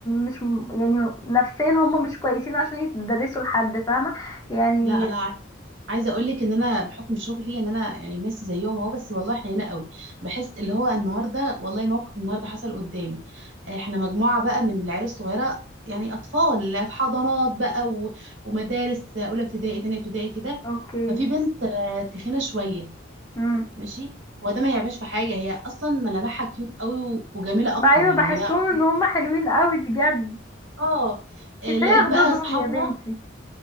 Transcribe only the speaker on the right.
لا لا عاي- عايزه اقول لك ان انا بحكم شغلي ان انا يعني ميسي زيهم اهو بس والله احنا هنا قوي بحس اللي هو النهارده والله موقف النهارده حصل قدامي احنا مجموعه بقى من العيال الصغيره يعني اطفال في حضانات بقى و- ومدارس اولى ابتدائي تانية ابتدائي كده
ففي بنت آه، تخينه شويه
ماشي وده ما يعيبهاش في حاجه هي اصلا ملامحها كيوت قوي و- وجميله اكتر
يعني
هي
اه آه،
لقيت بقى
اصحابها